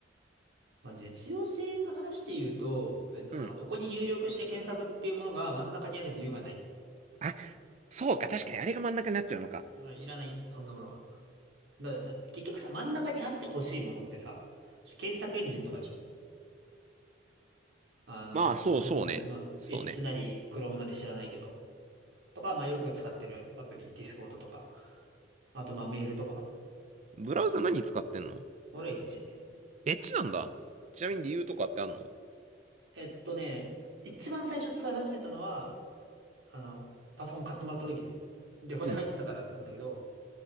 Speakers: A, on the right (about 85°); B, on the right (about 40°).
A: まあ、実用性の話で言うと、まあのあの、
B: うん。
A: ここに入力して検索っていうものが真ん中にある理由がない。
B: あ、そうか、確かにあれが真ん中になっちゃうのか。
A: あ、いらない、そんなものは。だ、だ、結局さ、真ん中にあってほしいものってさ、検索エンジンとかでしょ。あの、
B: まあ、そうそうね。
A: 検索エンジン、まあ、そうエッジなり、
B: そうね。
A: クロームなり知らないけど、とか、まあ、よく使ってるアプリ、ディスコードとか、あと、まあ、メールとか。
B: ブラウザ何使ってんの
A: 俺、エッジ。
B: エッジなんだ。ちなみに理由とかってあんの
A: はいえっとね、一番最初使い始めたのは、あの、パソコン買ってもらった時にね、デフォで入ってたからなんだけど、
B: うん。